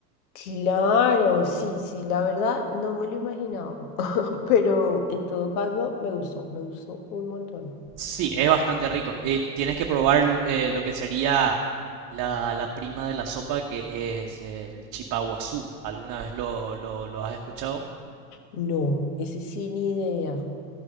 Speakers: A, on the left (about 65°); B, on the right (about 40°).
A: Claro, sí, sí, la verdad no me lo imaginaba, <laughs> pero en todo caso me gustó, me gustó un montón.
B: Sí, es bastante rico. Eh, tienes que probar eh, lo que sería la, la prima de la sopa, que es el chipaguazú. ¿Alguna vez lo, lo- lo has escuchado?
A: No, ese sí ni idea.